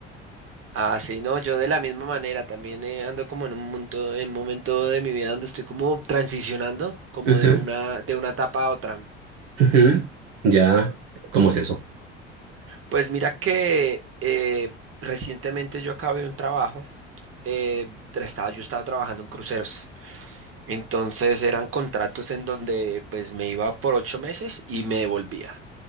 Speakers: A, on the right; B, on the right.
A: Ah, sí, no, yo de la misma manera también eh, ando como en un momento, en momento de mi vida donde estoy como transicionando, como
B: Ujú,
A: de una, de una etapa a otra.
B: ujú. Ya, ¿cómo es eso?
A: Pues mira que eh, recientemente yo acabé un trabajo, eh, tra- estaba, yo estaba trabajando en cruceros, entonces eran contratos en donde pues me iba por ocho meses y me devolvía.